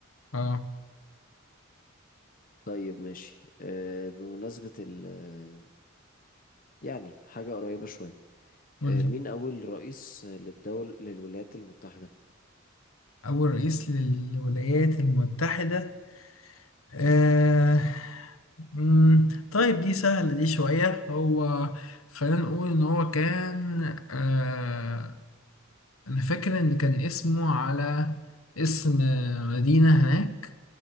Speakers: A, on the left; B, on the left.
A: اه
B: طيب ماشي آه، بمناسبة ال آه، يعني حاجة قريبة شوية
A: قول
B: آه،
A: لي
B: مين أول رئيس آه، للدول للولايات المتحدة؟
A: أول رئيس للولايات المتحدة آه.
B: مم.
A: مم. طيب دي سهلة دي شوية هو خلينا نقول إن هو كان آه. أنا فاكر إن كان اسمه على اسم مدينة هناك